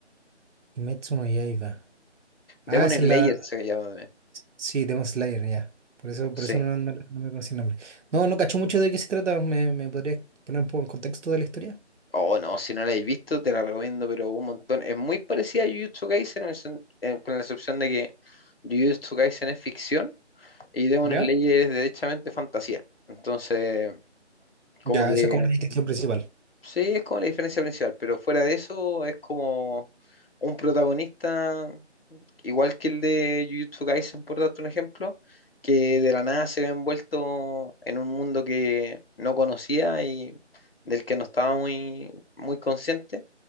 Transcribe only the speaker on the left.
Demon
Slayer
se llama. también.
Sí.
Oh, no, si no la has visto, te la recomiendo, pero un montón. Es muy parecida a Jujutsu Kaisen, en el sen- en- con la excepción de que Jujutsu Kaisen es ficción y Demon
Slayer es derechamente fantasía. Entonces,
como que
sí, es como la diferencia principal, pero fuera de eso es como un protagonista igual que el de Jujutsu Kaisen, por darte un ejemplo, que de la nada se ve envuelto en un mundo que no conocía y del que no estaba muy, muy consciente.